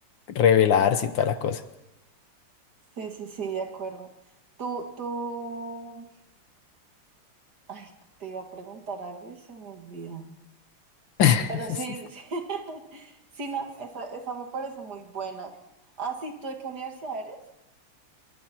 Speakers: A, on the left; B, on the right.
A: revelarse y toda la cosa.
B: sí, sí, sí, de acuerdo. Tú, tú, ay, te iba a preguntar algo y se me olvidó.
A: <laughs>
B: Pero sí, sí, <laughs> sí, no, esa, esa me parece muy buena. Ah, sí, ¿tú de qué universidad eres?